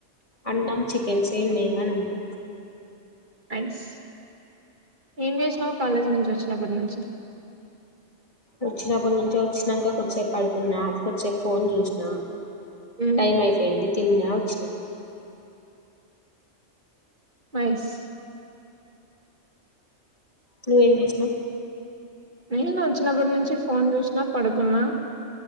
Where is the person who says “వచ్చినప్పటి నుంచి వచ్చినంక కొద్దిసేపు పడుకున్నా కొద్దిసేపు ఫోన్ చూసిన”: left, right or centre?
Left